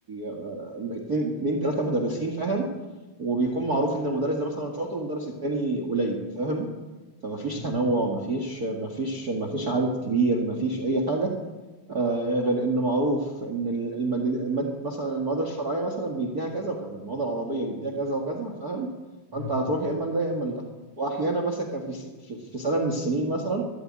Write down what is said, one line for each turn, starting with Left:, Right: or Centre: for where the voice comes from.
Right: آه، اتنين اتنين تلاته مدرسين فاهم وبيكون
Left: أمم،
Right: معروف ان المدرس ده مثلا شاطر والمدرس التاني قليل فاهم فمفيش
Left: ايوه
Right: تنوع مفيش مفيش مفيش عدد كبير مفيش اي حاجه آه، غير ان معروف ان ال- المد... المد... مثلا المواد الشرعيه مثلا بيديها كذا وكذا المواد العربيه بيديها كذا وكذا فاهم
Left: أمم،
Right: فانت هتروح يا اما لده يا اما لده واحيانا مثلا كان في س... في في سنه من السنين مثلا